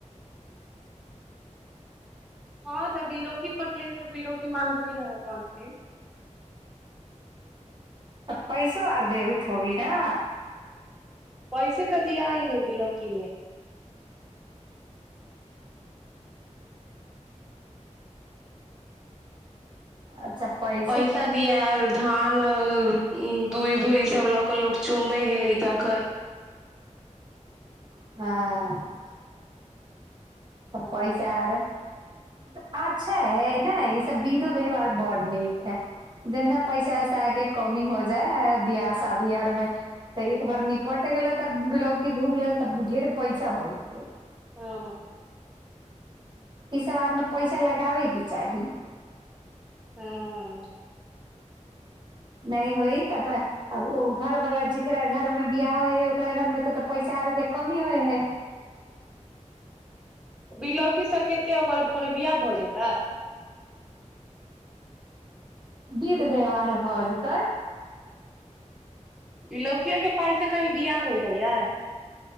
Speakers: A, in the centre; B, on the right.
A: हँ तऽ बिलौकी बटलैया तऽ बिलौकी मांगतै न मांगतै
B: तऽ पैसो आर देबैत होबी न
A: पैसे तऽ दियाय है बिलौकी में
B: अच्छा पै
A: पैसा दियेल धान ह दूईभ उईब सब लऽ क लोग चुमबै हाय लड़का के एखन
B: ह त
A: हँ
B: पइ चार त अच्छा है ने ई सब बिधो व्यवहार बड़ नीक है जेना पैसा-वैसा के कमी हो जाइ है बियाह-शादी आर में तऽ एक बार निपट गेलै तऽ बिलौकी घूम लेल तऽ ढेर पैसा हो गेल
A: हं-हं
B: ई सब आर में पैसा लगाबै के चाही
A: हूँ
B: नहि होइ त आब ओ घर वाला जेकरा घर मे बियाह होइ है ओकरा घर मे तऽऽ पैसा आर के कमी होइ है
A: बिलौकी सब कते ओकर कोनो बिियाह भऽ जेतय
B: विध व्यवहार भऽ जेतै
A: इ लौकियो केँ पाइ से कही बियाह होइ हय यै